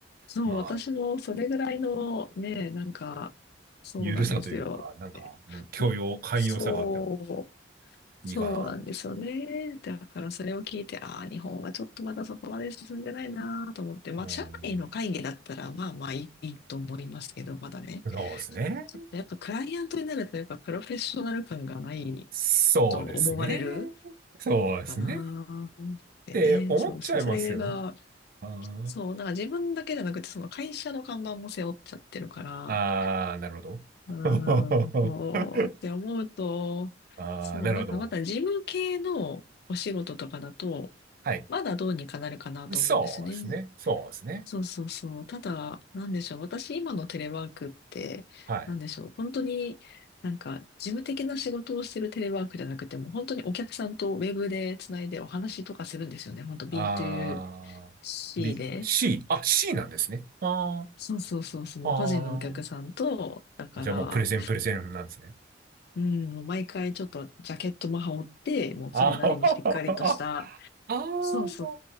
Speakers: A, on the left (about 55°); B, on the right (about 50°).
A: そう、
B: まあ、
A: 私もそれぐらいのね、なんか、そうなんですよ。
B: ゆるさというか、なんか、
A: え
B: うん、許容、寛容さがあっても
A: そう
B: いいか
A: そうなんですよね。だからそれを聞いて、ああ、日本はちょっとまだそこまで進んでないなと思って、まあ、
B: な。う
A: 社内の会議だったら、まあまあいい、いいと思いますけど、まだね、
B: ん、そうですね。
A: ちょっとやっぱクライアントになると、やっぱプロフェッショナル感がない
B: そうですね。
A: と思われる
B: そうですね。
A: かなってね、
B: って思っちゃいますよね。
A: そうそう、それが、
B: あー
A: そう、なんか自分だけじゃなくて、その会社の看板も背負っちゃってるから、
B: あー、なるほど。
A: うーん、
B: <laughs>
A: そうって思うと、
B: ああ、
A: そう、
B: なるほど。
A: なんかまた事務系のお仕事とかだと、
B: はい。
A: まだどうにかなるかなと思うんですね。
B: そうですね。そうですね。
A: そうそうそう。ただ、なんでしょう。私、今のテレワークって、
B: はい。
A: なんでしょう。本当になんか、事務的な仕事をしてるテレワークじゃなくても、本当にお客さんとウェブでつないでお話とかするんですよね。本当 B2C
B: あー、B、
A: で。
B: C。あ、C なんですね。あー、
A: そうそうそうそう。
B: あ
A: 個人のお客さんと、だから、
B: ー。じゃあもうプレゼンプレゼンなんですね。
A: うん、もう毎回ちょっとジャケットも羽織って、もうそれなりにしっかりとした、
B: あー、<laughs> あー、
A: そうそう、